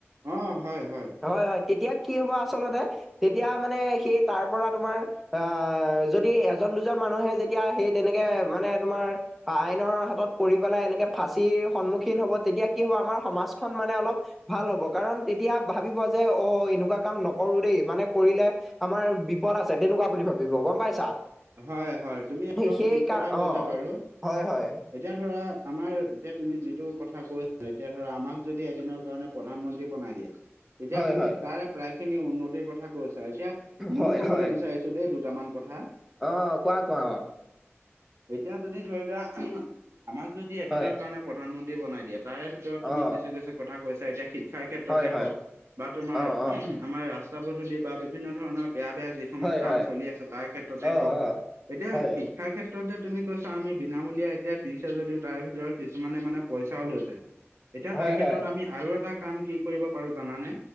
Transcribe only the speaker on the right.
উম, হয় হয়,
হয় হয়, তুমি একদম
ঠিক
কথা কৈছা
বাৰু।
এতিয়া ধৰা আমাৰ এতিয়া তুমি যিটো কথা কৈছা, এতিয়া ধৰা আমাক যদি এদিনৰ কাৰণে প্ৰধানমন্ত্ৰী বনাই দিয়ে। এতিয়া
তুমি
তাৰে প্ৰায় খিনি উন্নতিৰ কথা কৈছা এতিয়া, মইও
কৰিলৈ
বিচাৰিছ ছোঁ দেই দুটামান কথা।
এতিয়া যদি ধৰি লোৱা, আমাক যদি এদিনৰ
কাৰণে প্ৰধানমন্ত্ৰী বনাই দিয়ে। তাৰে ভিতৰত তুমি
কিছু কিছু কথা কৈছা এতিয়া শিক্ষাৰ ক্ষেত্ৰতে
হওক, বা তোমাৰ
আমাৰ ৰাস্তা পদূলি বা বিভিন্ন ধৰণৰ বেয়া বেয়া যিসমূহ
কাম
চলি আছে তাৰ ক্ষেত্ৰতে
হওক। এতিয়া
<unintelligible> শিক্ষাৰ ক্ষেত্ৰতে তুমি কৈছা আমি বিনামূলীয়া এতিয়া দিছে যদিও তাৰে ভিতৰত কিছুমানে মানে পইচাও লৈছে।
এতিয়া তাৰ ক্ষেত্ৰত
আমি আৰু এটা কাম কি কৰিব পাৰো জানানে,